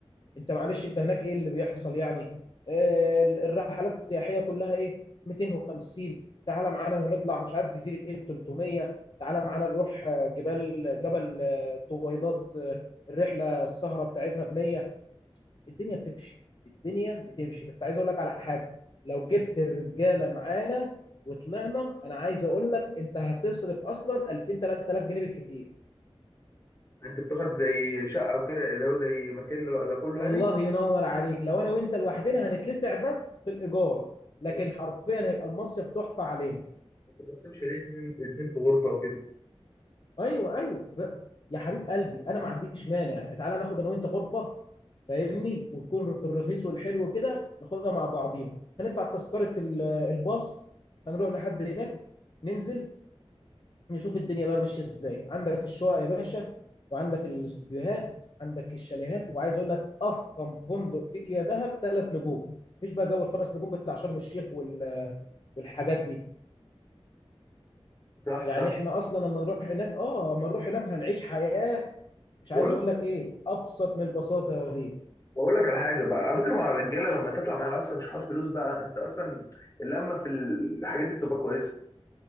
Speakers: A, on the left; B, on the left.
A: انت معلش انت هناك ايه اللي بيحصل يعني آه، الرحلات السياحيه كلها ايه 250 تعالى معانا هنطلع مش عارف جزيره ايه 300 تعالى معانا نروح آه، جبال جبل آه، الطويلات آه، الرحله السهره بتاعتها ب 100 الدنيا بتمشي الدنيا بتمشي بس عايز اقول لك على حاجه لو جبت الرجاله معانا وطلعنا انا عايز اقول لك انت هتصرف اصلا 2000 3000 جنيه بالكتير
B: انت بتاخد زي شقه او كده اللي هو زي مكان ل- لكله يعني
A: الله ينور عليك لو انا وانت لوحدنا هنتلسع بس في الايجار لكن
B: ما
A: حرفيا هيبقى المصيف تحفه علينا
B: بتقسمش ليه اتنين اتنين في غرفه وكده
A: ايوه ايوه ب... يا حبيب قلبي انا ما عنديش مانع تعالى ناخد انا وانت غرفه فاهمني ونكون في الرخيص والحلو كده ناخدها مع بعضينا هندفع تذكره ال- الباص هنروح لحد هناك ننزل نشوف الدنيا بقى ماشيه ازاي عندك الشقق يا باشا وعندك الاستوديوهات عندك الشاليهات وعايز اقول لك افخم فندق فيك يا دهب ثلاث نجوم مفيش بقى جو الخمس نجوم بتاع شرم الشيخ وال- والحاجات دي
B: صح
A: يعني
B: صح
A: احنا اصلا لما نروح هناك اه لما نروح هناك هنعيش حياه مش
B: بقول
A: عايز اقول لك ايه ابسط من البساطه يا وليد
B: بقول لك على حاجه بقى على فكره مع الرجاله لما تطلع معايا اصلا مش حوار فلوس بقى انت اصلا اللمه في الحاجات دي بتبقى كويسه